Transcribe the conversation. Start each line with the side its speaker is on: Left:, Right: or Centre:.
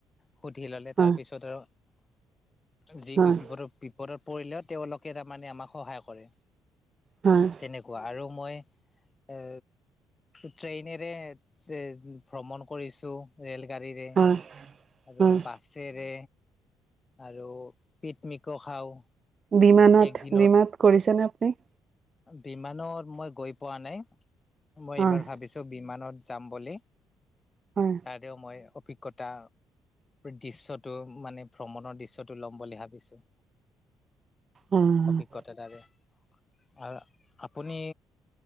Left: সুধি ললে তাৰ
Right: হয়
Left: পিছত আৰু যি
Right: হয়
Left: বিপদৰ বিপদত পৰিলেও তেওঁলোকে তাৰমানে আমাক সহায় কৰে।
Right: হয়
Left: তেনেকুৱা আৰু মই এ ট্ৰেইনেৰে এ ভ্ৰমণ কৰিছো ৰেল গাড়ীৰে।
Right: হয়
Left: আৰু
Right: হয়
Left: বাছেৰে আৰু পিকমিকো খাওঁ।
Right: বিমানত
Left: একদিনৰ
Right: বিমাত কৰিছেনে আপুনি?
Left: বিমানত মই গৈ পোৱা নাই মই
Right: হয়
Left: এইবাৰ ভাবিছো বিমানত যাম বুলি।
Right: অহ,
Left: আৰু মই অভিজ্ঞতা দৃশ্যটো মানে ভ্ৰমণৰ দৃশ্যটো ল'ম বুলি ভাবিছো।
Right: হয়
Left: অভিজ্ঞতা তাৰে আৰু আপুনি